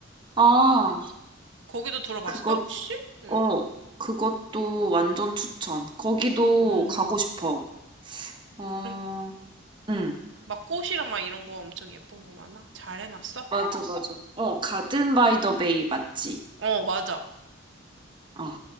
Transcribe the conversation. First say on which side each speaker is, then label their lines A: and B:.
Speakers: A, on the right; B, on the right.
A: 아,
B: 거기도 들어봤어,
A: 그거,
B: 혹시? 응.
A: 어, 그것도 완전 추천. 거기도
B: 음,
A: 가고 싶어. 어,
B: 그래?
A: 응.
B: 막 꽃이랑 막 이런 거 엄청 예쁜 거 많아? 잘 해놨어?
A: 맞아, 해봤어? 맞아. 어, 가든 바이 더 베이 맞지?
B: 어, 맞아.
A: 어.